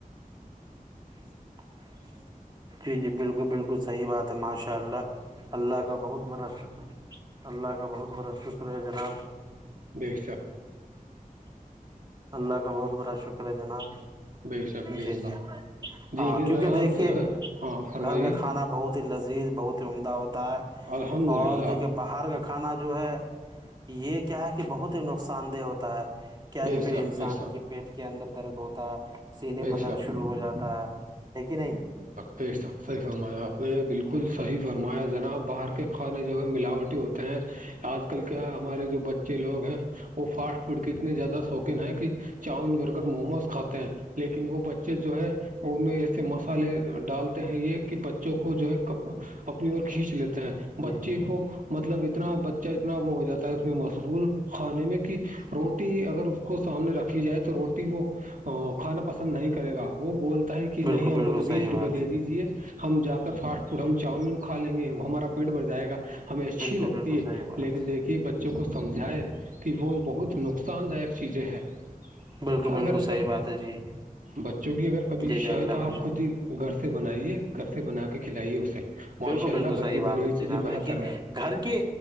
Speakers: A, on the right; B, on the right.
A: <inaudible> جی جی جی بالکل بالکل صحیح بات ہے ماشاء اللہ اللہ کا بہت بڑا شکر اللہ کا بہت بڑا شکر ہے جناب
B: بے شک
A: اللہ کا بہت بڑا شکر ہے جناب
B: بے شک بے
A: جی جی
B: شک
A: ہاں
B: دیکھیے
A: کیونکہ
B: جناب
A: دیکھیے
B: جو ہے ہاں فرمائیے
A: گھر کا کھانا بہت ہی لذیذ بہت ہی عمدہ ہوتا ہے
B: الحمد
A: اور
B: للہ
A: دیکھیے باہر کا کھانا جو ہے یہ کیا ہے کہ بہت ہی نقصان دہ ہوتا ہے کیا
B: بے
A: کہ پھر
B: شک
A: انسان
B: بے شک
A: کے پیٹ کے اندر درد ہوتا سینے
B: بے
A: بدر
B: شک
A: شروع ہو جاتا ہے ہے کہ نہیں
B: پی شکص فرمایا آپ نے بالکل
A: جی
B: صحیح فرم ہمرمایاں جناب باہر کے کھانے جو ہے ملاوٹی ہوتے ہیں آج کل کیا ہمارے جو بچے جو لوگ ہیں وہ فاسٹ فوڈ کے اتنے زیادہ شوقین ہیں کہ چاؤن برگر موموز کھاتے ہیں لیکن وہ بچے جو ہے ان میں سے مسالحے ڈالتے ہیں یہ کہ بچوں کو جو ہے کپ اپنی اور کھینچ لیتا ہے بچے
A: جی
B: کو مطلب اتنا بچہ اتنا وہ ہو جاتا ہے اس میں مشغول کھانے میں کہ روٹی اگر اس کو سامنے رکھی جائے تو روٹی وہ کھانا پسند نہیں کرے گا وہ بولتا ہے کہ
A: بالکل
B: نہیں ہم
A: بالکل
B: کو تو
A: صحیح
B: بیس
A: بات
B: روپے دے دیجیے ہم جا کر فاسٹ فوڈ ہم چاؤمن کھا لیں گے ہمارا پیٹ بڑھ جائے گا ہمیں اچھی
A: بالکل
B: لگتی
A: بالکل
B: ہے
A: صحیح بات
B: لیکن دیکھیے بچوں کو سمجھائے کہ وہ بہت نقصان داک چیزیں ہیں
A: بالکل
B: اگر
A: بالکل صحیح بات ہے جی
B: بچوں کی اگر کبھی
A: جی
B: شہت
A: جی
B: اچھا
A: اللہ
B: ہو تو
A: کا
B: آپ خود ہی گھر سے بنائیے گھر سے بنا کے کھلائیے اسے ماشاء
A: بالکل بالکل
B: اللہ گھر
A: صحیح
B: کی
A: بات
B: بنی ہوئی
A: ہے جناب
B: چیزیں بہتر
A: دیکھیے
B: ہے
A: گھر کے